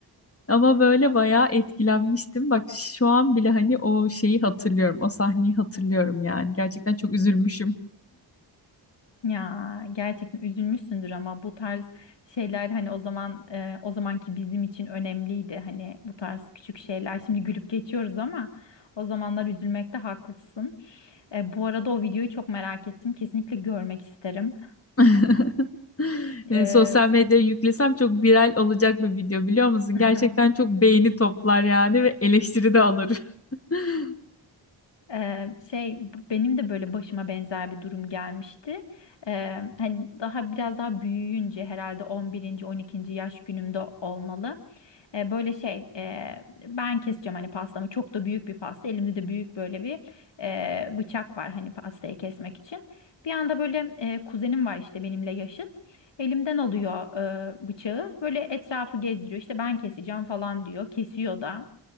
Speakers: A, on the left; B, on the left.
A: Ama böyle bayağı etkilenmiştim. Bak şu an bile hani o şeyi hatırlıyorum. O sahneyi hatırlıyorum yani. Gerçekten çok üzülmüşüm.
B: Ya gerçekten üzülmüşsündür ama bu tarz şeyler hani o zaman e, o zamanki bizim için önemliydi. Hani bu tarz küçük şeyler. Şimdi gülüp geçiyoruz ama o zamanlar üzülmekte haklısın. E, bu arada o videoyu çok merak ettim. Kesinlikle görmek isterim.
A: <laughs>
B: Ee,
A: E, Sosyal medyaya yüklesem çok viral olacak bir video biliyor musun?
B: <laughs>
A: Gerçekten çok beğeni toplar yani ve eleştiri de alır. <laughs>
B: Ee, şey b- benim de böyle başıma benzer bir durum gelmişti. Ee, hani daha biraz daha büyüyünce herhalde on birinci, on ikinci yaş günümde olmalı. Ee, böyle şey e, ben keseceğim hani pastamı çok da büyük bir pasta. Elimde de büyük böyle bir e, bıçak var hani pastayı kesmek için. Bir anda böyle e, kuzenim var işte benimle yaşıt. Elimden alıyor e, bıçağı. Böyle etrafı gezdiriyor. İşte ben keseceğim falan diyor. Kesiyor da.